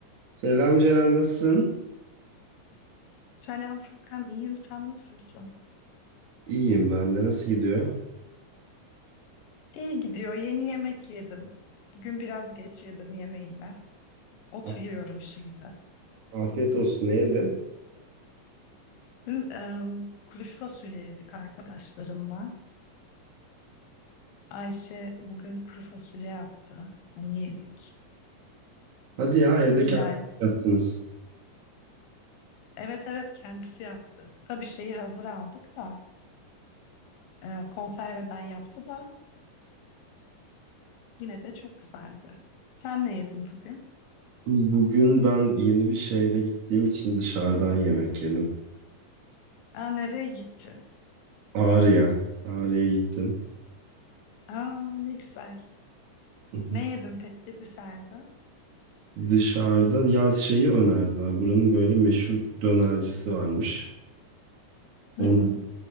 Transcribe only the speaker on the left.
Selam Furkan, iyiyim. Sen nasılsın?
İyi gidiyor. Yeni yemek yedim. Bugün biraz geç yedim yemeğine. Oturuyorum
şimdi.
Dün em, kuru fasulye yedik arkadaşlarımla. Ayşe bugün kuru fasulye yaptı. Onu yedik.
Hilal,
evet evet kendisi yaptı. Tabii şeyi hazır aldık da e, konserveden yaptı da yine de çok güzeldi. Sen ne yedin bugün?
Aa, nereye gittin?
Aa, ne güzel.
Ne yedin peki dışarıda?
Hı
hı.